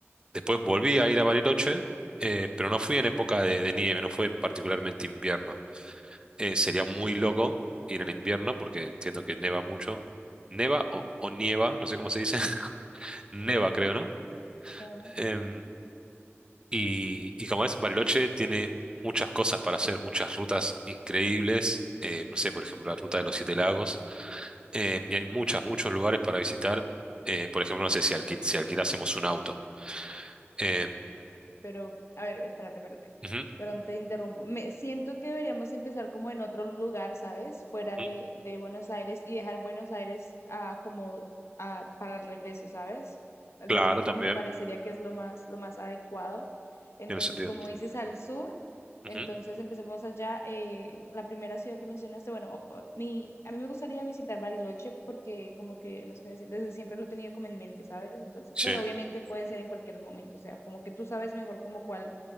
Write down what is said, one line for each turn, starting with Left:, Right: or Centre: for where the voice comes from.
Right: después volví a ir a Bariloche, eh, pero no fui en época de, de nieve, no fue particularmente invierno. Eh, sería muy loco ir en invierno porque entiendo que neva mucho. Neva o, o nieva, no sé cómo se dice. <laughs> Neva, creo, ¿no?
Left: Eva.
Right: Eh, Y, y como ves Bariloche tiene muchas cosas para hacer, muchas rutas increíbles. eh, no sé, por ejemplo, la ruta de los Siete Lagos. eh, y hay muchas, muchos lugares para visitar. eh, por ejemplo, no sé si, alquil, si alquilásemos un auto. Eh,
Left: Pero, a ver, espérate, espérate.
Right: ujú,
Left: Perdón, te interrumpo. Me siento que deberíamos empezar como en otro lugar, ¿sabes? Fuera
Right: ujú,
Left: de, de Buenos Aires y dejar Buenos Aires ah, como ah, para el regreso, ¿sabes? De
Right: claro,
Left: último
Right: también
Left: me parecería que es lo más, lo más adecuado. Entonces,
Right: tiene sentido.
Left: como dices, al sur,
Right: Ujú,
Left: entonces empecemos allá. eh, la primera ciudad que mencionaste, bueno, Mi, a mí me gustaría visitar Bariloche porque como que, no sé, si- desde siempre lo he tenido como en mente, ¿sabes? Entonces,
Right: sí,
Left: pero obviamente puede ser en cualquier momento, o sea, como que tú sabes mejor como cuál